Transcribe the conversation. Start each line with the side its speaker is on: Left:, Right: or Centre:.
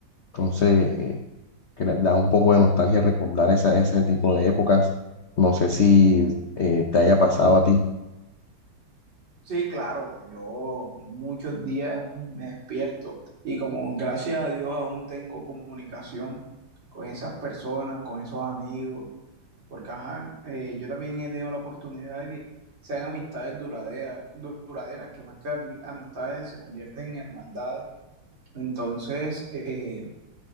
Left: entonces eh, que les da un poco de nostalgia recordar esa, ese tipo de épocas, no sé si eh, te haya pasado a ti.
Right: Sí, claro, yo muchos días me despierto y como gracias a Dios aún tengo comunicación con esas personas, con esos amigos, porque ajá, eh, yo también he tenido la oportunidad de que sean amistades duraderas, duraderas que más que ami- amistades se convierten en hermandades. Entonces, eh,